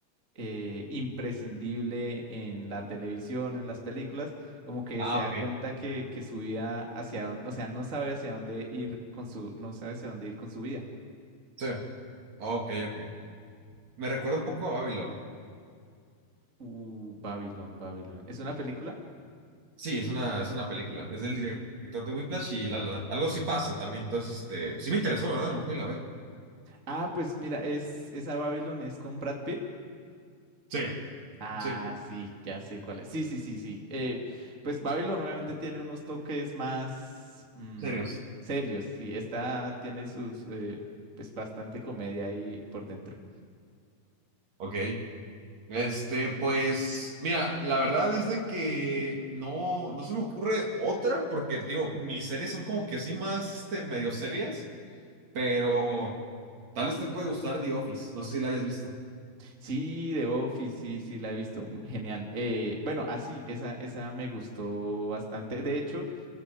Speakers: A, on the right; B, on the right.
A: eh, imprescindible en la televisión, en las películas, como que
B: Ah,
A: se da
B: ok.
A: cuenta que, que su vida hacia dónde, o sea, no sabe hacia dónde ir con su, no sabe hacia dónde ir con su vida.
B: Sí. Ok, ok. Me recuerda un poco a Babylon.
A: Uh, Babylon, Babylon. ¿Es una película?
B: Sí, es una, es una película. Es del director de Whiplash y La La Land. Algo sí pasa también. Entonces, este, sí me interesó, la verdad, a lo mejor y la veo.
A: Ah, pues mira, es esa Babylon es con Brad Pitt.
B: Sí,
A: Ah,
B: sí,
A: sí, ya sé cuál es. Sí, sí, sí, sí. Eh, pues Babylon obviamente tiene unos toques más mm,
B: serios.
A: serios. Sí, esta tiene sus, eh, pues bastante comedia ahí por dentro.
B: Ok. Este, pues, mira, la verdad es de que no, no se me ocurre otra, porque, te digo, mis series son como que sí más, este, medio serias, pero tal vez te puede gustar The Office, no sé si la hayas visto.
A: Sí, The Office, sí, sí, la he visto. mm, Genial. Eh, bueno, así, esa, esa me gustó bastante. De hecho,